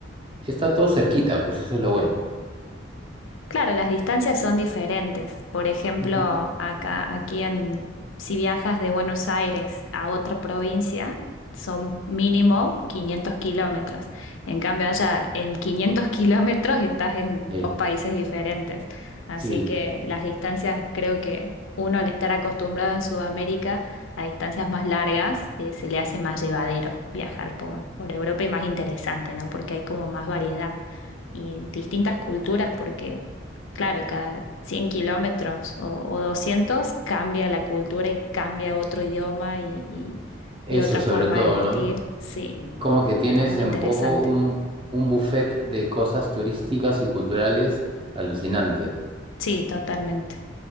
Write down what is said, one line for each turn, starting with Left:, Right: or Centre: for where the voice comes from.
Right: está todo cerquita, pues eso es lo bueno.
Left: Claro, las distancias son diferentes. Por ejemplo,
Right: Ujú.
Left: acá, aquí en, si viajas de Buenos Aires a otra provincia, son mínimo 500 kilómetros. En cambio, allá en 500 <laughs> kilómetros estás en
Right: Sí,
Left: dos países diferentes. Así
Right: sí,
Left: que
Right: sí.
Left: las distancias, creo que uno al estar acostumbrado en Sudamérica a distancias más largas, eh, se le hace más llevadero viajar por, por Europa y más interesante, ¿no? Porque hay como más variedad y distintas culturas porque claro, cada 100 kilómetros o, o 200 cambia la cultura y cambia otro idioma y, y-
Right: Eso
Left: y otra
Right: sobre
Left: forma
Right: todo,
Left: de vestir.
Right: ¿no?
Left: Sí,
Right: Como que tienes
Left: está muy
Right: en
Left: interesante.
Right: poco un, un buffet de cosas turísticas y culturales alucinante.
Left: Sí, totalmente.